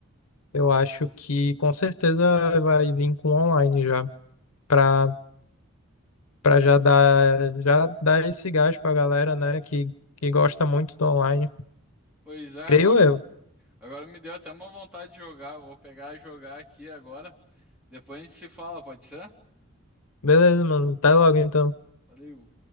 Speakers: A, on the left; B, in the centre.
A: eu acho que com certeza vai vir com online já, pra, pra já dar, já dar esse gás pra galera, né, que, que gosta muito do online.
B: Pois é,
A: Creio
B: agora,
A: eu.
B: agora me deu até uma vontade de jogar. Vou pegar e jogar aqui agora. Depois a gente se fala, pode ser?
A: Beleza, mano. Até logo então.
B: Valeu.